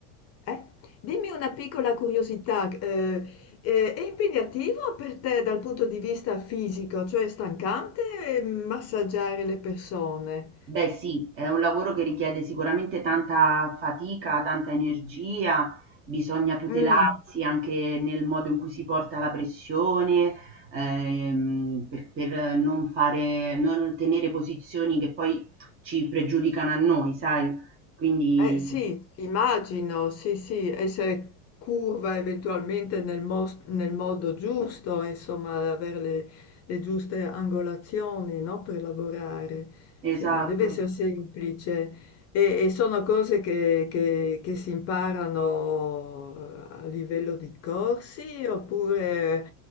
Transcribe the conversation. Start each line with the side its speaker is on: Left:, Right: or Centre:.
Left: eh? Dimmi una piccola curiosità, eh, eh, è impegnativo per te dal punto di vista fisico, cioè è stancante eh, massaggiare le persone?
Right: Beh, sì, è un lavoro che richiede sicuramente tanta fatica, tanta energia, bisogna tutelarsi
Left: Mm,
Right: anche nel modo in cui si porta la pressione, ehm, per, per non fare, non tenere posizioni che poi ci pregiudicano a noi, sai? Quindi,
Left: Eh sì, immagino, sì, sì, essere curva eventualmente nel, mos- nel modo giusto, insomma, avere le, le giuste angolazioni, no, per lavorare. Sì,
Right: esatto.
Left: non deve essere semplice. E, e sono cose che, che- che si imparano a livello di corsi oppure